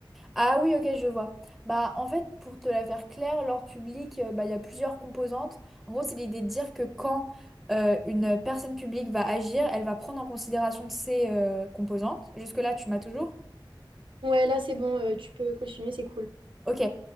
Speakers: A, in the centre; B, on the right.
A: Ah oui, ok, je vois. Bah, en fait, pour te la faire claire, l'ordre public, euh, bah, il y a plusieurs composantes. En gros, c'est l'idée de dire que quand euh, une personne publique va agir, elle va prendre en considération ces euh, composantes. Jusque-là, tu m'as toujours?
B: Ouais, là, c'est bon, euh, tu peux continuer, c'est cool.
A: Ok.